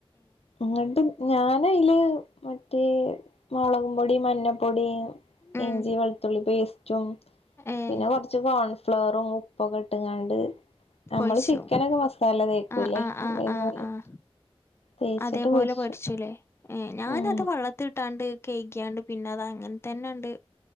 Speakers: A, on the left; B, on the left.
A: അങ്ങട്ട് ഞാന അതില് മറ്റേ മുളകും, പൊടി മഞ്ഞപ്പൊടി-
B: ഉം
A: ഇഞ്ചി, വെളുത്തുള്ളി പേസ്റ്റ്
B: ഏഹ്
A: പിന്നെ കൊറച്ച് കോൺഫ്ലറും- ഉപ്പ കെട്ടുംങ്ങാണ്ട് നമ്മള്,
B: പൊരിച്ചു
A: ചിക്കനൊക്കെ മസാല തേക്കൂല്ലേ?
B: ആഹ് ആഹ് ആഹ്
A: അതേപോലെ.
B: ആഹ് ആഹ്
A: തേച്ചിട്ട്
B: അതേപോലെ
A: പൊരിച്ചു
B: പൊരിച്ചൂല്ലേ? ഹേ ഞാനഅത്
A: ഉം
B: വള്ളത്തി ഇട്ടാണ്ട്- കേഴക്കാണ്ട് പിന്നെ അത് അങ്ങനെ തന്നെയുണ്ട്-